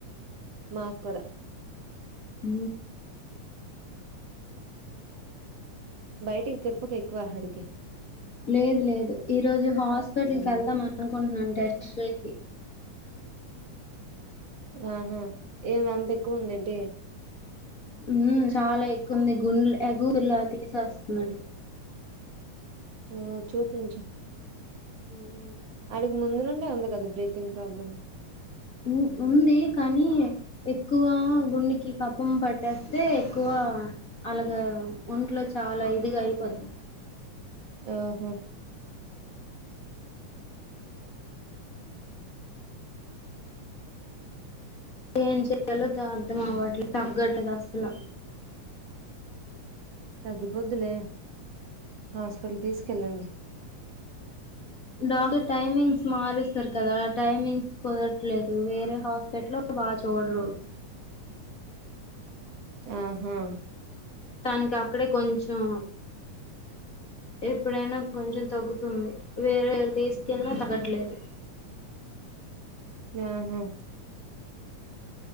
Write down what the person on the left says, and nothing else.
ఊ
లేదు లేదు ఈ రోజు హాస్పిటల్
కెళ్దాం అనుకుంటున్నాను టెస్టులకి
ఉమ్ చాలా ఎక్కువుంది గుంలు ఎగులా తీసేస్తున్నాడు
మ్మ్.
ఉమ్ ఉంది కానీ ఎక్కువ గుండెకి కపం పట్టేస్తే ఎక్కువ క అలాగా ఒంట్లో చాలా ఇదిగా అయిపోద్ది
ఏం చేయాలో క అర్థం అవ్వట్లే తగ్గట్లేదు అస్సల
డాక్టర్ టైమింగ్స్ మారుస్తరు కదా టైమింగ్స్ కుదరట్లేదు వేరే హాస్పిటలో బా చూడరు
తనకి అక్కడే కొంచెం ఎప్పుడైనా కొంచెం తగ్గుతుంది వేరేవరు తీసుకెళ్ళిన తగ్గట్లేదు